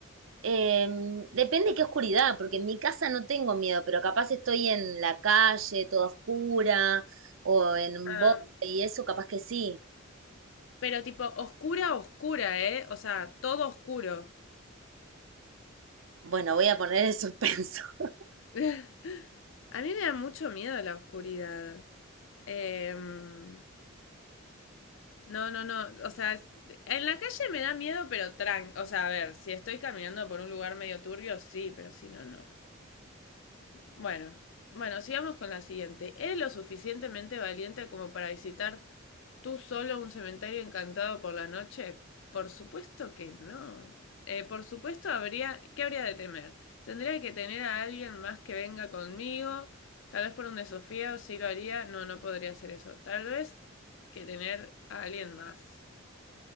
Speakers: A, on the right (about 70°); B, on the left (about 65°).
A: em, depende qué oscuridad, porque en mi casa no tengo miedo, pero capaz estoy en la calle, toda oscura, o en un
B: Ah,
A: bosque y eso, capaz que sí.
B: pero tipo, oscura, oscura, ¿eh? O sea, todo oscuro.
A: Bueno, voy a poner el suspenso. <laughs>
B: <laughs> A mí me da mucho miedo la oscuridad. Em, No, no, no. O sea, es- en la calle me da miedo, pero tran. O sea, a ver, si estoy caminando por un lugar medio turbio, sí, pero si no, no. Bueno, bueno, sigamos con la siguiente. ¿Eres lo suficientemente valiente como para visitar tú solo un cementerio encantado por la noche? Por supuesto que no. Eh, por supuesto habría, ¿qué habría de temer? Tendría que tener a alguien más que venga conmigo. Tal vez por un desafío, sí lo haría. No, no podría hacer eso. Tal vez que tener a alguien más.